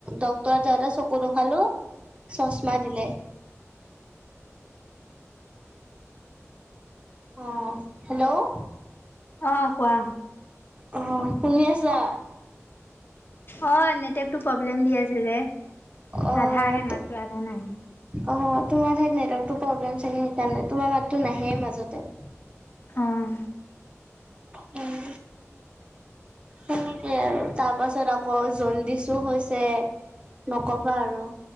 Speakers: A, on the right; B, on the left.
A: ডক্তৰত যাওঁতে চকু দেখালো চশমা দিলে। অ' হেল্ল'
B: অ' কোৱা?
A: আহ, শুনি আছা।
B: অ' নেটৱৰ্কটো প্ৰব্লেম দি আছে যে
A: অ',
B: আধা আহে মাতো আধা নাই
A: অ' তোমাৰ ঠাইত নেটৱৰ্কটো প্ৰব্লেম চাগে সেইকাৰণে তোমাৰ মাতটো নাহে মাজতে
B: অ',
A: উম, সেনেকে আৰু তাৰ পাছত আকৌ জণ্ডিছো হৈছে। নকবা আৰু